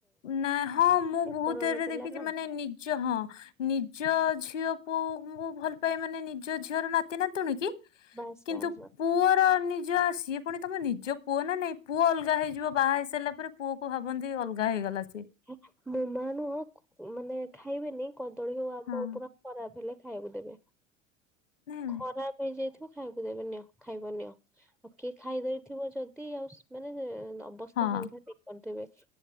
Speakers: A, on the left (about 75°); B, in the centre.
A: ନା ହଁ ମୁଁ ବହୁତ
B: ପରର
A: ଥିରେ
B: ପିଲା
A: ଦେଖିଛି
B: ନା।
A: ମାନେ ନିଜ ହଁ ନିଜ୍ ଜ ଝିଅ ପୁଅଙ୍କୁ ଭଲପାଇବେ ମାନେ ନିଜ ଝିଅର ନାତି ନାତୁଣୀ କି।
B: ବାସ୍
A: କିନ୍ତୁ
B: ବାସ୍ ବାସ୍।
A: ପୁଅର ନିଜ ସିଏ ପୁଣି ତମ ନିଜ ପୁଅ ନା ନାଇଁ ପୁଅ ଅଲଗା ହେଇଯିବ ବାହା ହେଇସାରିଲା ପରେ ପୁଅ କୁ ଭାବନ୍ତି ଅଲ୍ ଗଲାସ୍
B: ହେ ମୋ ମା ନୁହଁ କ୍ ମାନେ ଖାଇବେନି କଦଳୀ ହଉ ଆମ୍ବ
A: ନାଇଁ
B: ହୋଉ ପୁରା ଖରାପ ହେଲେ ଖାଇବାକୁ ଦେବେ।
A: ନାଇଁ
B: ଖରାପ୍ ହେଇଯାଇଥି ଖାଇବାକୁ ଦେବେ ନିଅ ଖାଇବ ନିିଅ ଆଉ କିଏ ଖାଇଦଇଥିବ ଯଦ୍ ତି ଆଉସ୍ ମାନେ ନ ଅବସ୍ଥା
A: ହଁ
B: ହାଂଘାତିକ୍ କରିଦେବେ